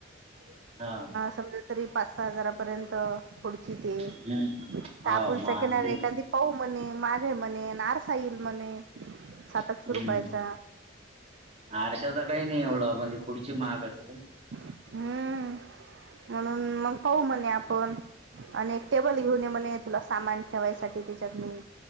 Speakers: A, on the right; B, on the right.
A: हा
B: समजा तरी पाच- सहा हजारपर्यंत. खुडची ते,
A: हम्म
B: तर
A: हो
B: आपण
A: महाग
B: सेकंड हॅन्ड एखादी पऊ म्हणे, माझे म्हणे, नारसाईल म्हणे सात आठशे
A: हम्म,
B: रुपयाचा
A: आरश्याचं काही नाही एवढं, पण ते खुडची महाग असते ना.
B: हम्म, म्हणून मग पाहू म्हणे आपण आणि एक टेबल घेऊन ये म्हणे, तुला सामान ठेवायसाठी त्येच्यात नी.